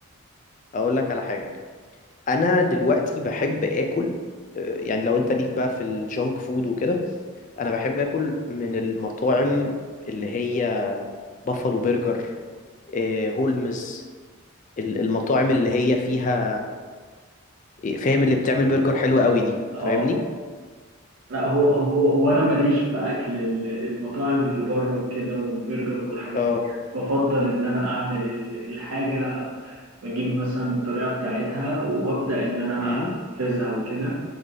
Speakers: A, on the left (about 35°); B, on the right (about 75°).
A: اقول لك على حاجه انا دلوقتي بحب اكل آه، يعني لو انت ليك بقى في الجونك فود وكده انا بحب اكل من المطاعم اللي هي بافالو برجر آه، هولمز ال- المطاعم اللي هي فيها فاهم اللي بتعمل برجر حلوة قوي دي
B: اه
A: فاهمني
B: لا هو هو هو أنا ماليش في أكل ال- المطاعم اللي بره وكده والبرجر والحاجات
A: اه
B: دي بفضل إن أنا أعمل ال- الحاجة بجيب مثلا الطريقة بتاعتها وأبدأ إن أنا
A: امم
B: أنفذها وكده